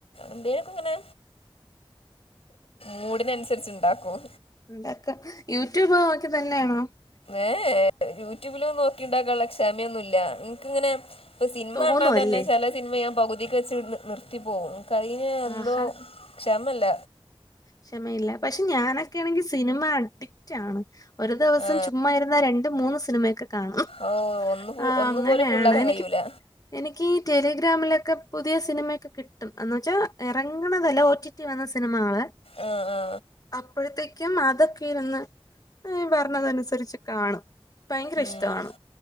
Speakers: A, on the left; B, on the left.
A: എന്തേലും അങ്ങനെ മൂഡിനനുസരിച്ച് ഉണ്ടാക്കും
B: ഉണ്ടാക്ക യൂട്യൂബ് നോക്കി തന്നയാണോ
A: ഏ യൂട്യൂബില് നോക്കി ഉണ്ടാക്കാനുള്ളക്ഷമയൊന്നുല്ല എനിക്കിങ്ങനെ ഇപ്പ സിനിമ
B: തോന്നുവല്ലേ
A: കണ്ടാ തന്നെ ചെല സിനിമ ഞാൻ പകുതിക്ക് വെച്ച് നി നിർത്തിപ്പോവും കഴിഞ്ഞ് എന്തോ
B: ആഹാ
A: ക്ഷമയില്ല
B: ക്ഷമയില്ല പക്ഷെ ഞാനൊക്കെ ആണെങ്കി സിനിമ അഡിക്റ്റ് ആണ് ഒരു ദിവസം
A: ആ
B: ചുമ്മാ ഇരുന്ന രണ്ടും മൂന്നും സിനിമയൊക്കെ കാ ണും
A: ഓ ഒന്ന്
B: ആ
A: ഒന്നു
B: അങ്ങനെയാണ്
A: പോലും ഫുള്ളാക്കാൻ
B: എനിക്ക്
A: കഴിയൂല
B: എനിക്ക് ടെലിഗ്രാമിലൊക്കെ പുതിയ സിനിമേക്കെ കിട്ടും എന്ന് വെച്ച ഇറങ്ങണതല്ല ഒ ടി ടി വന്ന സിനിമകൾ
A: ആ ആ
B: അപ്പഴത്തേക്കും അതൊക്കെ ഇരുന്ന് ഏ വരണതനുസരിച്ച് കാണും ഭയങ്കര
A: ഉം
B: ഇഷ്ട ആണ്